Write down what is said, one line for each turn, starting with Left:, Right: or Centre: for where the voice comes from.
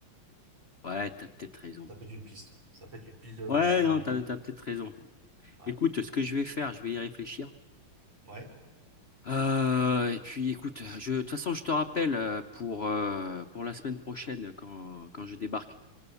Left: ouais, t'as peut-être raison.
Right: Ça peut être une piste. Ça peut être une piste de réflexion.
Left: Ouais, non,
Right: Et ils
Left: t'as,
Right: ont-
Left: t'as peut-être raison.
Right: Ouais.
Left: Écoute, ce que je vais faire, je vais y réfléchir.
Right: Ouais.
Left: Euh, et puis écoute, je, de toute façon, je te rappelle euh, pour, euh, pour la semaine prochaine quand, quand je débarque.